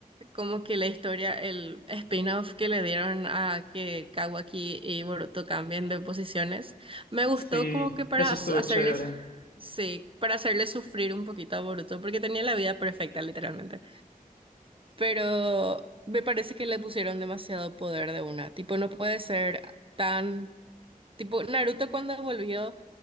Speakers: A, on the right (about 35°); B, on the left (about 85°).
A: como que la historia, el spin-off que le dieron a que Kawaki y Boruto cambien de posiciones, me gustó
B: Sí,
A: como que para
B: eso
A: as-
B: estuvo
A: hacerles,
B: chévere.
A: sí, para hacerles sufrir un poquito a Boruto, porque tenía la vida perfecta, literalmente. Pero me parece que le pusieron demasiado poder de una, tipo, no puede ser tan... Tipo, Naruto cuando volvió